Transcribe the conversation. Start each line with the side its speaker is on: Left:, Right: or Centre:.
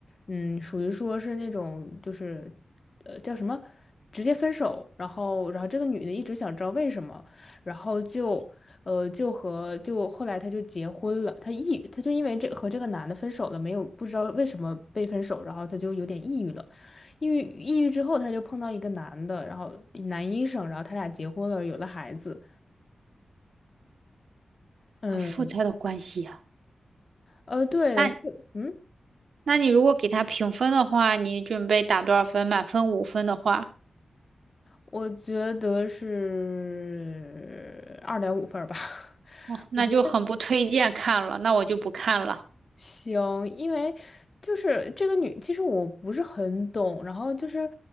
Left: 嗯，属于说是那种，就是，呃，叫什么，直接分手。然后，然后这个女的一直想知道为什么，然后就，呃，就和就后来她就结婚了。她抑郁，她就因为这和这个男的分手了，没有不知道为什么被分手，然后她就有点抑郁了。抑郁抑郁之后，她就碰到一个男的，然后男医生，然后他俩结婚了，有了孩子。嗯，
Right: 好复杂的关系呀。
Left: 呃，对，
Right: 那
Left: 是，嗯，
Right: 那你如果给它评分的话，你准备打多少分？满分五分的话。
Left: 我觉得是二点五分儿吧。<laughs>
Right: 哦，那就很不推荐看了，
Left: 我觉得
Right: 那我就不看了。
Left: 行，因为就是这个女，其实我不是很懂，然后就是，